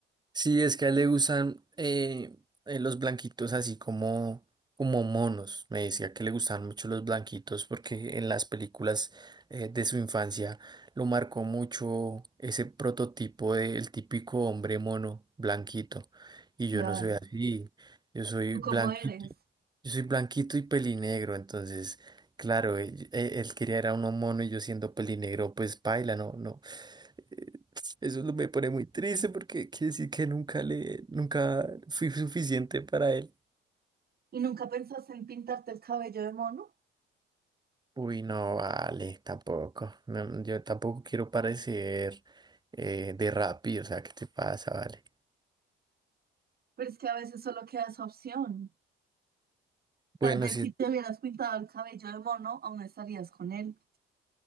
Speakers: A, on the right (about 20°); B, on the right (about 50°).
A: Sí, es que a él le gustan eh, eh, los blanquitos así como, como monos. Me decía que le gustaban mucho los blanquitos porque en las películas eh, de su infancia lo marcó mucho ese prototipo del típico hombre mono blanquito. Y
B: Claro.
A: yo no soy así. Yo soy
B: ¿Tú cómo
A: blanquito.
B: eres?
A: Yo soy blanquito y pelinegro. Entonces, claro, él, él- él quería era uno mono y yo siendo pelinegro, pues paila, no, no. Eh, Eso lo- me pone muy triste porque quiere decir que nunca le, nunca fui suficiente para él.
B: ¿Y nunca pensaste en pintarte el cabello de mono?
A: Uy, no vale, tampoco. No, yo tampoco quiero parecer eh, de Rappi, o sea, ¿qué te pasa, vale?
B: Pero es que a veces solo queda esa opción.
A: Bueno,
B: Tal vez
A: sí,
B: si te hubieras pintado el cabello de mono, aún estarías con él.